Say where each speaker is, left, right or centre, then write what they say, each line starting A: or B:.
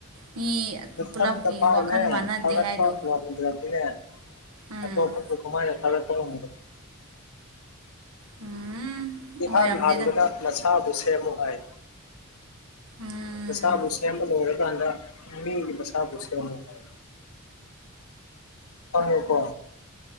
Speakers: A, on the right (about 85°); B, on the left (about 80°).
A: ꯃꯤ
B: ꯅꯊꯟꯗ
A: ꯄꯨꯂꯞꯀꯤ
B: ꯐꯥꯎꯅꯦ
A: ꯋꯥꯈꯜ ꯃꯥꯟꯅꯗꯦ
B: ꯐꯥꯒꯠꯄ
A: ꯍꯥꯏꯗꯣ
B: ꯉꯝꯗ꯭ꯔꯗꯤꯅꯦ
A: ꯎꯝ
B: ꯑꯇꯣꯄꯕꯨ ꯀꯃꯥꯏꯅ ꯊꯥꯒꯠꯄ ꯉꯝꯒꯅꯤ
A: ꯎꯝ
B: ꯏꯍꯥꯟ
A: ꯑꯣꯏꯔꯝꯗꯦꯗ
B: ꯍꯥꯟꯕꯗ ꯅꯁꯥꯕꯨ ꯁꯦꯝꯃꯨ ꯍꯥꯏ
A: ꯎꯝ
B: ꯅꯁꯥꯕꯨ ꯁꯦꯝꯕ ꯂꯣꯏꯔꯀꯥꯟꯗ ꯃꯤꯒꯤ ꯃꯁꯥꯕꯨ ꯁꯦꯝꯃꯨ ꯍꯥꯏ ꯈꯪꯉꯦꯀꯣ